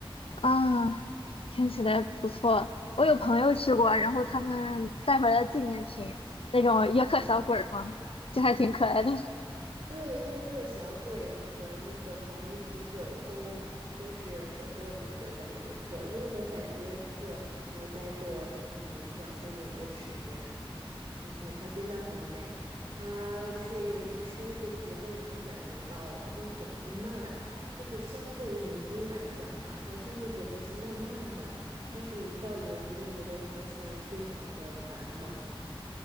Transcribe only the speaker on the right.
对，约克小鬼和那个黄油啤酒都都是很有名的，在约克，因为我在约克还待过嗯两三年的时间，然后它真的很美，它是一个生活节奏，你会感觉到它会很慢，就是相对于伦敦来讲嘛，它生活节奏是慢慢的，但是一到伦敦，你就会发现非常的繁忙